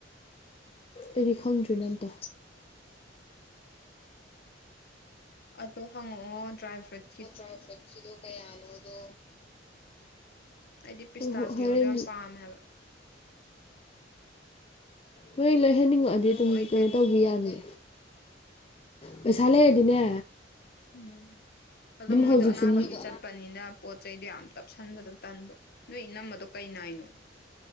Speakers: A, on the left (about 30°); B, on the left (about 55°).
A: ꯑꯩꯗꯤ ꯈꯪꯗ꯭ꯔꯤꯅ ꯑꯝꯇ
B: ꯑꯗꯣ ꯍꯪꯉꯛꯑꯣ ꯗ꯭ꯔꯥꯏ ꯐ꯭ꯔꯨꯏꯠ
A: ꯀ ꯁꯆꯤꯗꯣ ꯀꯌꯥꯅꯣꯗꯣ
B: ꯑꯩꯗꯤ ꯄꯤꯁꯇꯥꯁꯨ
A: ꯍꯣꯏ ꯍꯣꯔꯦꯟ
B: ꯌꯦꯡꯗꯣ ꯌꯥꯝ ꯄꯥꯝꯃꯦ ꯍꯥꯏꯕ
A: ꯅꯣꯏ ꯂꯣꯏꯍꯟꯅꯤꯡꯉꯛꯑꯗꯤ
B: ꯑꯗꯨ
A: ꯑꯗꯨꯝ
B: ꯑꯩ
A: ꯀꯩꯅꯣ
B: ꯀꯩ
A: ꯇꯧꯕꯤ ꯌꯥꯅꯤ ꯄꯩꯁꯥꯂꯦ ꯏꯗꯤꯅꯦ
B: ꯎꯝ ꯑꯗꯣ ꯃꯣꯏꯗꯣ
A: ꯍꯧꯖꯤꯛꯁꯨ
B: ꯑꯅꯥꯕꯒꯤ
A: ꯃꯣꯏꯗꯣ
B: ꯆꯠꯄꯅꯤꯅ ꯄꯣꯠ ꯆꯩꯗꯣ ꯌꯥꯝ ꯇꯞꯁꯟꯕꯗꯣ ꯇꯟꯕ ꯅꯣꯏ ꯏ ꯅꯝꯃꯗꯣ ꯀꯩ ꯅꯥꯏꯅꯣ